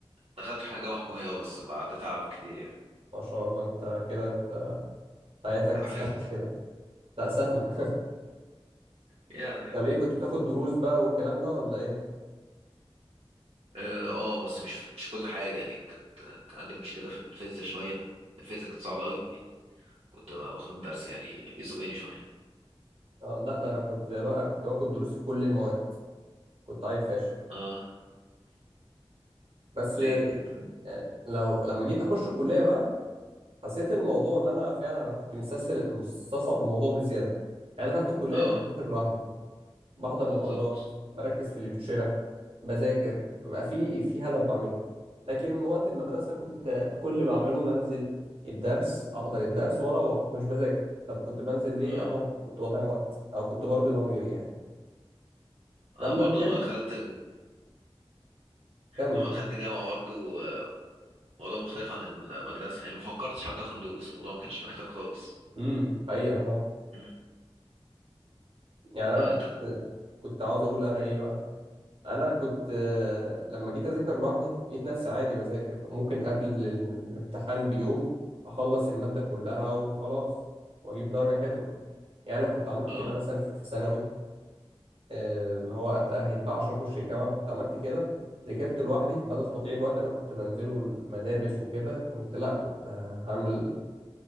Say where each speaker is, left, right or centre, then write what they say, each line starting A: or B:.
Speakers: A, on the right; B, on the right.
A: دخلت ح- جامعه حكوميه اه بس بعد تعب كتير يعني
B: ما شاء الله انت كده انت حياتك
A: عافرت
B: سهلة كده لا سهلة
A: يعني
B: <laughs> طب
A: اه
B: ايه كنت بتاخد دروس بقى والكلام ده ولا ايه
A: آه، بس مش مش كل حاجه يعني كان كان عندي مشكله في الفيزياء شويه الفيزياء كانت صعبه قوي كنت باخد درس يعني يزقني شويه
B: اه لا ده انا كنت بقى كنت باخد دروس في كل المواد كنت عيل فاشل
A: اه
B: بس
A: ليه
B: آه،
A: كده
B: يعني لو لما جيت اخش الكلية بقى حسيت الموضوع اللي انا فعلا انا كنت مستسهل مستصعب الموضوع بزيادة يعني دخلت الكلية
A: اه
B: بقيت بذاكر لوحدي بحضر محاضرات
A: بالظبط
B: بركز في اللي بيتشرح بذاكر بيبقى في في هدف بعمله لكن من وقت المدرسة كنت كل اللي بعمله بنزل الدرس أحضر الدرس وأروح مش بذاكر طب كنت بنزل ليه
A: اه
B: أهو كنت بضيع وقت أو كنت برضي ضميري يعني لما
A: انا برضو
B: كبرت
A: لما دخلت
B: كمل
A: لما دخلت
B: كمل
A: جامعة برضو آه، موضوع مختلف عن المدرسة يعني ما فكرتش حتى اخد دروس الموضوع ما كانش محتاج خالص
B: امم حقيقة اه
A: مم.
B: يعني
A: اه
B: أنا كنت
A: انت كنت
B: كنت عاوز أقول أنا إيه بقى أنا كنت آه، لما جيت أذاكر لوحدي لقيت نفسي عادي بذاكر ممكن قبل الامتحان بيوم أخلص المادة كلها وخلاص وأجيب درجة حلوة يعني لو كنت عملت
A: اه
B: كده مثلا في ثانوي آه، اللي هو اتاهل بقى عشان اخش الجامعه لو كنت عملت كده ذاكرت لوحدي بدل تضييع الوقت اللي انا كنت بنزله المدارس وكده كنت لا كنت هعمل